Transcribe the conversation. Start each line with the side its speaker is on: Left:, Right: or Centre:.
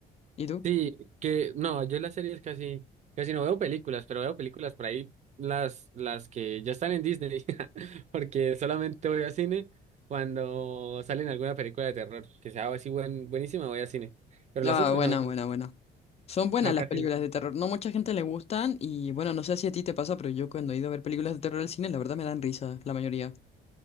Left: ¿Y tú?
Right: Sí, que no, yo las series casi, casi no veo películas, pero veo películas por ahí, las, las que ya están en Disney, <laughs> porque solamente voy al cine cuando salen alguna película de terror, que sea así buen, buenísima, voy al cine, pero
Left: Ah,
Right: las otras
Left: buena,
Right: no,
Left: buena, buena. Son buenas
Right: no,
Left: las
Right: casi
Left: películas
Right: no.
Left: de terror. No mucha gente le gustan y bueno, no sé si a ti te pasa, pero yo cuando he ido a ver películas de terror al cine, la verdad me dan risa, la mayoría.